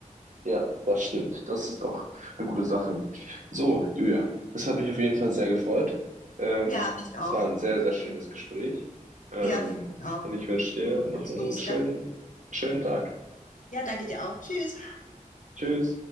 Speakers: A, on the right; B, on the left.
A: Ja, das stimmt. Das ist auch eine gute Sache. So, Julia, es hat mich auf jeden Fall sehr gefreut. Ähm,
B: Ja, mich
A: es
B: auch.
A: war ein sehr, sehr schönes Gespräch. Ähm,
B: Ja, finde ich auch.
A: und ich wünsche dir
B: Und
A: noch
B: jetzt
A: einen
B: los,
A: schönen,
B: gell?
A: schönen Tag.
B: Ja, danke dir auch. Tschüss.
A: Tschüss.